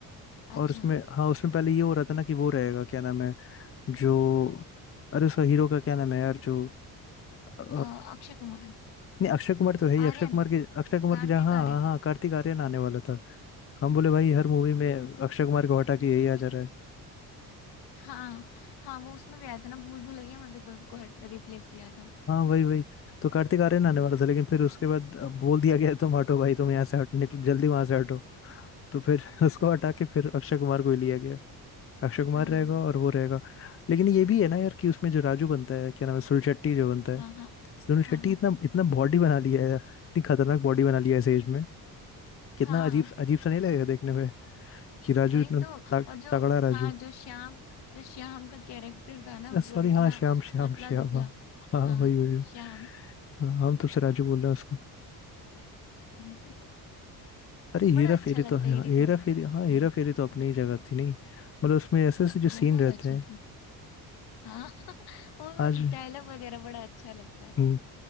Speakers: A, on the left; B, on the left.
A: अच्छा
B: और उसमें हाँ उसमें पहले ये हो रहा था ना कि वो रहेगा क्या नाम है जो अरे उसका हीरो का क्या नाम है यार जो अ,
A: अ, अक्षय कुमार
B: नहीं अक्षय कुमार तो है ही
A: आर्यन
B: अक्षय कुमार के अक्षय कुमार
A: कार्तिक
B: की जगह हाँ
A: आर्यन
B: हाँ हाँ कार्तिक आर्यन आने वाला था हम बोले भाई हर मूवी में अक्षय कुमार को हटा के यही आ जा रहा है
A: हाँ हाँ वो उसमें भी आया था ना भूल भुलैया में भी तो उनको रिप्लेस किया था
B: हाँ वही वही तो कार्तिक आर्यन आने
A: हम्म।
B: वाला था लेकिन फिर उसके बाद बोल दिया गया तुम हटो भाई तुम यहाँ से हटो निकलो जल्दी वहां से हटो तो फिर
A: <laughs>
B: <laughs> उसको हटा के फिर अक्षय कुमार को ही लिया गया अक्षय कुमार
A: हाँ
B: रहेगा और वो रहेगा लेकिन ये भी है ना यार कि उसमें जो राजू बनता है क्या नाम है सुनील शेट्टी जो बनता है
A: हाँ हाँ
B: सुनील शेट्टी
A: हाँ हाँ
B: इतना इतना बॉडी बना लिया है इतनी खतरनाक बॉडी बना लिया है इस एज में
A: हाँ
B: कितना अजीब अजीब सा नहीं लगेगा देखने में कि राजू
A: वही
B: इतना तग,
A: तो और जो
B: तगड़ा राजू
A: हाँ जो श्याम जो श्याम का कैरेक्टर था ना मतलब
B: सॉरी
A: इतना
B: हाँ श्याम श्याम
A: पतला
B: श्याम
A: दुबला
B: हाँ हाँ
A: हाँ
B: वही वही
A: श्याम
B: हाँ हम तुमसे राजू बोल रहे हैं उसको
A: <laughs>
B: अरे
A: बड़ा
B: हेरा
A: अच्छा
B: फेरी
A: लगता
B: तो हाँ
A: है ये देखो
B: हेरा फेरी हाँ हेरा
A: हाँ
B: फेरी तो अपनी ही जगह थी नहीं मतलब उसमें ऐसे ऐसे जो
A: बहुत
B: सीन रहते
A: अच्छी
B: हैं
A: थी हाँ <laughs> उन
B: आज
A: डायलॉग वगैरह बड़ा अच्छा लगता है
B: हम्म,